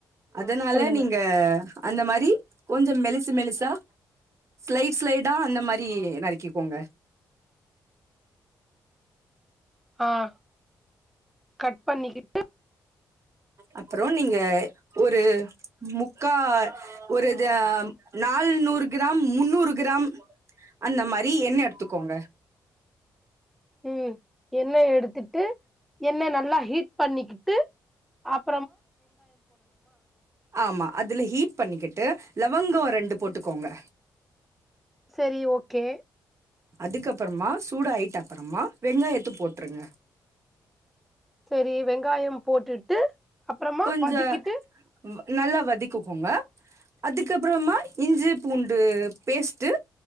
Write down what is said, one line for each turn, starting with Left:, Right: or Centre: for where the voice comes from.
Right: அதனால
Centre: சொல்லுங்க
Right: நீங்க அந்த மாரி கொஞ்ச மெலிசு மெலிசா ஸ்லைட் ஸ்லைடா அந்த மாரி நறுக்கிக்கோங்க
Centre: ஆஹ் கட் பண்ணிக்கிட்டு
Right: அப்றோ நீங்க ஒரு முக்கா ஒரு தா நால்நூறு க்ராம் முன்னூறு க்ராம் அந்த மாரி எண்ணெ எட்த்துக்கோங்க
Centre: உம் எண்ணெ எடுத்துட்டு எண்ணெ நல்லா ஹீட் பண்ணிக்கிட்டு அப்
Right: ஆமா அதுல ஹீட் பண்ணிக்கிட்டு லவங்க ரெண்டு போட்டுக்கோங்க
Centre: செரி ஓகே
Right: அதுக்கப்பறமா சூடாயிட்ட அப்பறமா வெங்காயத்த போட்ருங்க
Centre: செரி வெங்காயம் போட்டுட்டு அப்பறமா
Right: கொஞ்ச
Centre: வதக்கிட்டு
Right: வ் நல்லா வதிக்குக்கோங்க அதுக்கப்றமா இஞ்சி பூண்டு பேஸ்ட்டு